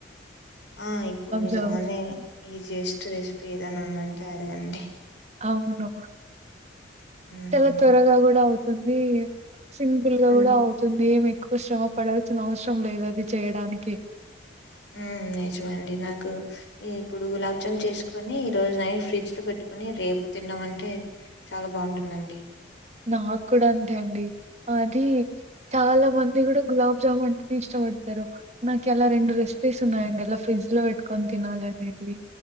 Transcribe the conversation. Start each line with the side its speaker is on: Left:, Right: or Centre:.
Left: ఆ ఇప్పుడు నిజంగానే
Right: జామున్
Left: ఈజియస్ట్ రెసిపీ ఏదన్న ఉందంటే అదే అండి
Right: అవును
Left: హ్మ్
Right: చాలా త్వరగా గూడా అవుతుంది సింపుల్ గా
Left: అన్
Right: కూడా అవుతుంది ఏం ఎక్కువ శ్రమ పడాల్సిన అవసరం లేదు అది చేయడానికి
Left: ఉమ్ నిజమండి నాకు ఇగ ఇప్పుడు గులాబ్ జామున్ చేసుకొని ఈ రోజు నైట్ ఫ్రిడ్జ్ లో పెట్టుకుని రేపు తిన్నాం అంటే చాలా బాగుంటుందండి
Right: నాకు కూడా అంతే అండి అది చాలా మంది కూడా గులాబ్ జామున్ అంటనే ఇష్టపడతారు నాకీ అలా రెండు రెసిపీస్ ఉన్నాయండి అలా ఫ్రిడ్జ్ లో పెట్కొని తినాలనేటివి